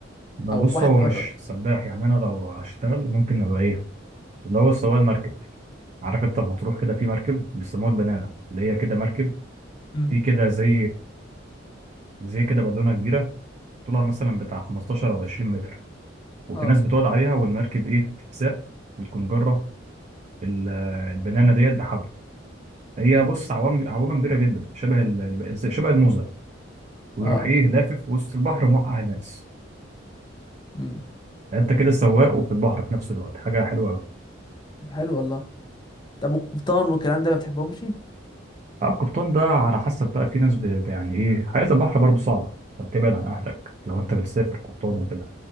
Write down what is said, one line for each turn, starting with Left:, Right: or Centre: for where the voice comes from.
Right: ببص
Left: او واحد
Right: هو
Left: قرر
Right: مش سباح يعني انا لو هشتغل ممكن ابقى ايه اللي هو سواق المركب عارف انت لما تروح كده في مركب بيسموها البنانه اللي هي كده مركب
Left: مم.
Right: في كده زي زي كده بالونه كبيره طولها مثلا بتاع 15 او 20 متر وفي
Left: اه
Right: ناس بتقعد عليها والمركب ايه بتتساق وتكون جره ال- البنانه ديت بحبل هي بص عوام
Left: مم.
Right: عوامه كبيره جدا شبه ال- ال- زي- شبه الموزه ويروح
Left: اه
Right: ايه لافف وسط البحر موقع الناس
Left: امم
Right: يعني انت كده سواق وفي البحر في نفس الوقت حاجه حلوه قوي
Left: حلو والله طب القبطان والكلام ده ما بتحبهمش
Right: آه، القبطان ده على حسب بقى في ناس ب- ب- يعني ايه حياة البحر برضه صعبة انت بتبعد عن اهلك لو انت بتسافر قبطان وكده